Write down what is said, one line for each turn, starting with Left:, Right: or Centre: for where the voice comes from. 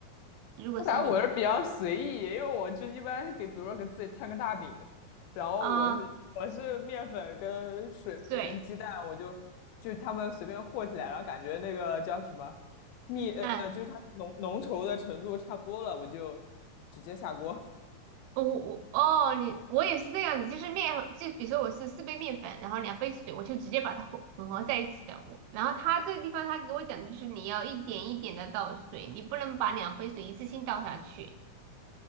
Right: 如果是你
Left: 我感觉我是比较随意，因为我就一般是给，比如说给自己摊个大饼，然后我是我是面粉跟水跟鸡蛋，
Right: 啊，对，
Left: 我就就他们随便和起来，然后感觉那个叫什么蜜呃，
Right: 嗯。
Left: 就是它浓浓稠的程度差不多了，我就直接下锅，
Right: 哦我我哦，你我也是这样子，就是面和就比如说我是四杯面粉，然后两杯水，我就直接把它混混合在一起的。我，然后他这个地方他给我讲的就是你要一点一点的倒水，你不能把两杯水一次性倒下去。